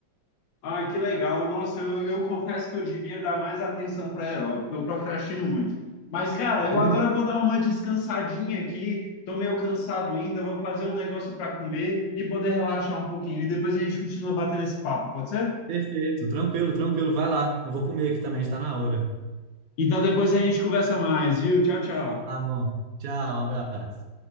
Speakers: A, on the left; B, on the right.
A: Ah, que legal. Nossa, eu, eu confesso que eu devia dar mais atenção para aeróbico, porque eu procrastino muito. Mas, cara, eu
B: Ele-
A: agora vou dar uma descansadinha aqui, tô meio cansado ainda, vou fazer um negócio para comer e poder relaxar um pouquinho. E depois a gente continua batendo esse papo, pode ser?
B: Perfeito, tranquilo, tranquilo. Vai lá. Eu vou comer aqui também, está na hora.
A: Então depois a gente conversa mais, viu? Tchau, tchau.
B: Tá bom. Tchau, um abraço.